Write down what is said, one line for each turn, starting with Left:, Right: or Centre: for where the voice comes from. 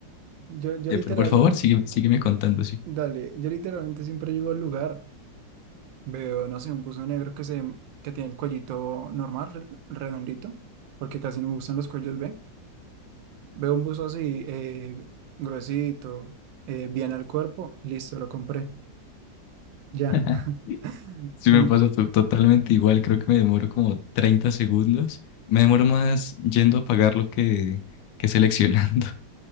Right: Yo, yo
Left: Eh,
Right: literal,
Left: pero por favor, sigue, sígueme contando, sí.
Right: dale, yo literalmente siempre llego al lugar, veo, no sé, un buzo negro que se, que tiene el cuellito normal, re- redondito, porque casi no me gustan los cuellos B. Veo un buzo así, eh, gruesito, eh, bien al cuerpo, listo, lo compré, ya.
Left: <laughs>
Right: <laughs>
Left: Sí
Right: No-
Left: me pasa to- totalmente igual, creo que me demoro como 30 segundos. Me demoro más yendo a pagarlo que, que seleccionando. <laughs>